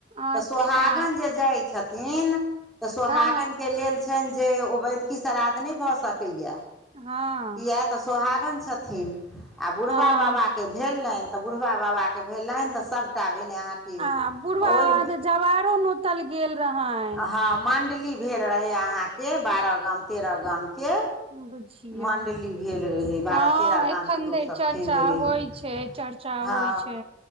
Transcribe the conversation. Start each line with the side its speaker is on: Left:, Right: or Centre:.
Right: अच्छा
Centre: तऽ सोहागन जे जाइ छथिन तऽ सोहागन
Right: हँ
Centre: कऽ लेल छइन जे उबैद्य की श्राद्ध नहि भऽ सकैया
Right: हँ
Centre: किया तऽ सोहागन छथिन आ बुढ़बा
Right: हँ
Centre: बाे भेलनि तऽ बुढ़बा बाबाके भेलनि तऽ सभटा भेलै अहाँके
Right: आ बुढ़बा
Centre: ओहिमे
Right: बाबा तऽ जवारो नोतल गेल रहनि
Centre: हँ मण्डली भेल रहै अहाँके बारह गाम तेरह गाम के
Right: बुझियौ
Centre: मण्डली भेल रहै बारह
Right: हँ
Centre: तेरह
Right: एखन
Centre: गाम के लोकसभ
Right: धरि चर्चा
Centre: खेने रहै
Right: होइ छै चर्चा होइ
Centre: हँ
Right: छै